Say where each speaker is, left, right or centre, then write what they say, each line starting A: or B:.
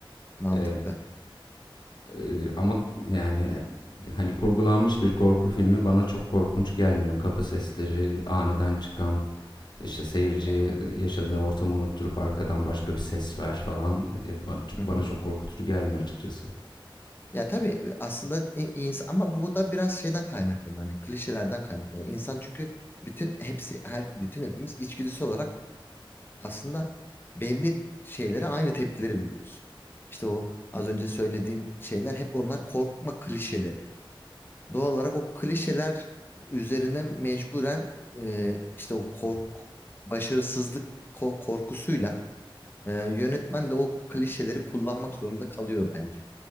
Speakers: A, on the left (about 25°); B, on the left (about 55°).
A: Mantıklı.
B: E, e, ama yani e, hani kurgulanmış bir korku filmi bana çok korkunç gelmiyor. Kapı sesleri, aniden çıkan işte seyirciye
A: Be.
B: yaşadığı ortamı unutturup arkadan başka bir ses ver falan e, ba- çok-
A: <laughs>
B: bana çok korkutucu gelmiyor açıkçası.
A: Ya tabii aslında i- insan ama bu da biraz şeyden kaynaklanıyor. Hani klişelerden kaynaklanıyor. İnsan çünkü bütün hepsi her bütün hepimiz içgüdüsel olarak aslında belli şeylere aynı tepkileri veriyoruz. İşte o az önce söylediğin şeyler hep onlar korkma klişeleri. Doğal olarak o klişeler üzerine mecburen e, işte o kork başarısızlık ko- korkusuyla ee, yönetmen de o klişeleri kullanmak zorunda kalıyor bence.